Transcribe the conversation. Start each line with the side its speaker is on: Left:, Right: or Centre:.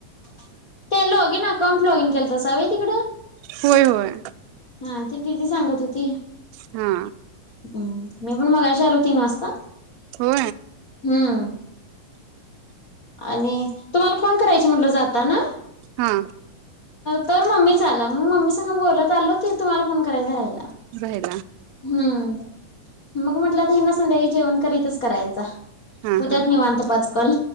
Left: ते लोगिन अकाउंट लोगिन केल त सवई तिकडं
Right: होय होय
Left: हा ते दिदी सांगत होती
Right: हा
Left: हम् मी पण मगाशी आलो तीन वाजता
Right: हो
Left: हमम आणि तुम्हाला कोण करायचे म्हटल जाता ना
Right: हा
Left: तर मम्मीच आला मग मम्मी सां बोलत आलो ते तुम्हाला फोन करायचा राहिला
Right: ब
Left: हम्म मग म्हटलं ना संध्याकाळी जेवण करीतच करायच हो
Right: हा
Left: त्यात
Right: हा
Left: नाही मानत पाचकाल